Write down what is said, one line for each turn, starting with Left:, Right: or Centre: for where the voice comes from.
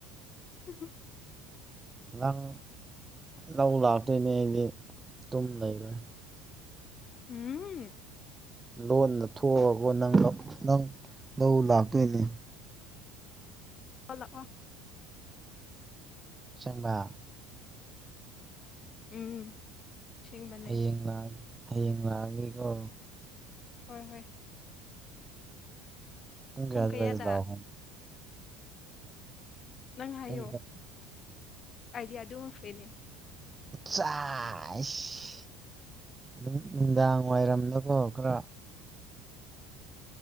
Left: <unintelligible>
Right: ꯅꯪ ꯂꯧ ꯂꯥꯛꯇꯣꯏꯅꯦ ꯑꯩꯗꯤ ꯇꯨꯝ ꯂꯩꯔꯣꯏ
Left: ꯎꯝ
Right: ꯂꯣꯟꯅ ꯊꯣꯛꯑꯕꯣ ꯅꯪ ꯂꯧ ꯅꯪ ꯂꯧ ꯂꯥꯛꯇꯣꯏꯅꯦ
Left: ꯂꯥꯛꯑꯣ ꯂꯥꯛꯑꯣ
Right: ꯁꯦꯡꯕ
Left: ꯎꯝ ꯁꯦꯡꯕꯅꯦ
Right: ꯍꯌꯦꯡ ꯂꯥꯛ ꯍꯌꯦꯡ ꯂꯥꯛꯑꯒꯦꯀꯣ
Left: ꯍꯣꯏ ꯍꯣꯏ ꯄꯨꯡ
Right: ꯀꯌꯥ ꯑꯗꯨꯋꯥꯏꯗ
Left: ꯀꯌꯥꯗ
Right: ꯂꯥꯛꯑꯣ
Left: ꯅꯪ ꯍꯥꯏꯌꯣ
Right: ꯄꯨꯡ
Left: ꯑꯩꯗꯤ ꯑꯗꯨꯃ ꯐꯔꯤꯅꯤ
Right: ꯆꯥꯏꯁ ꯑꯗꯨꯝ ꯅꯨꯡꯗꯥꯡ ꯋꯥꯏꯔꯝꯗꯀꯣ ꯈꯔ